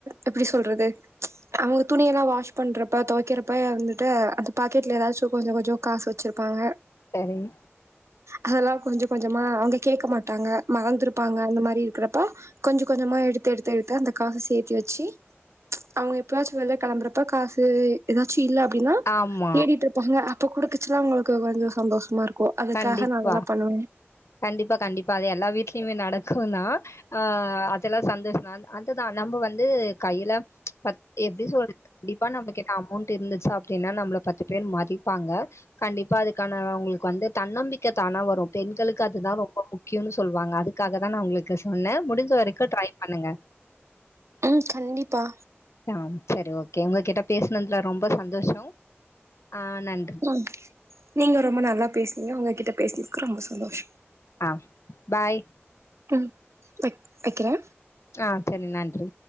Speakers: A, on the right; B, on the left.
A: எப்டி சொல்றது அவங்க துணியெல்லா வாஷ் பண்றப்ப தொவைக்கிறப்ப வந்துட்டு அந்த பாக்கெட்ல ஏதாச்சு கொஞ்சோ கொஞ்சோ காசு வச்சிருப்பாங்க
B: சரிங்
A: அதெல்லா கொஞ்ச கொஞ்சமா அவுங்க கேட்க மாட்டாங்க மறந்திருப்பாங்க அந்த மாரி இருக்கிறப்ப கொஞ்சம் கொஞ்சமா எடுத் எடுத்து எடுத்து எடுத்து அந்த காசு சேத்தி வச்சு அவுங்க எப்பாச்சு வெள்ல களம்புறப்ப காசு ஏதாச்சும் இல்ல அப்படின்னா
B: ஆமா
A: தேடிட்ருப்பாங்க அப்ப குடுக்கச்சல்லா உங்களுக்கு கொஞ்ச சந்தோஷமா இருக்கு ஓ அதுக்காக
B: கண்டிப்பா
A: நா அதெல்லா பண்ணுவே
B: கண்டிப்பா கண்டிப்பா அது எல்லா வீட்லயுமே நடக்கு நா ஆ அதெல்லா சந்தோஷ தா அதுதா நம்ம வந்து கையில பத் எப்படி சொல்றது கண்டிப்பா நம்ம என்ன அமௌண்டட் இருந்துச்சு அப்படின்னா நம்மள பத்து பேர் மதிப்பாங்க கண்டிப்பா அதுக்கான அவுங்களுக்கு வந்து தன்னம்பிக்க தானா வரு பெண்கள் க்கதுதா ரொம்ப முக்கியம்ன்னனு சொல்லுவாங்க அதுக்காக தா நா உங்களுக்கு சொன்னே முடிந்த வரைக்கு ட்ரை பண்ணுங்க
A: ம் கண்டிப்பா
B: ஆ சரி ஓகே உங்ககிட்ட பேசனதுல ரொம்ப சந்தோஷோ ஆ நன்றி
A: ம் நீங்க ரொம்ப நல்லா பேசனீங்க உங்ககிட்ட பேசினதுக்கு ரொம்ப சந்தோஷ
B: ஆ பாய்
A: ம் வைக் வைக்கிறே
B: ஆ செரி நன்றி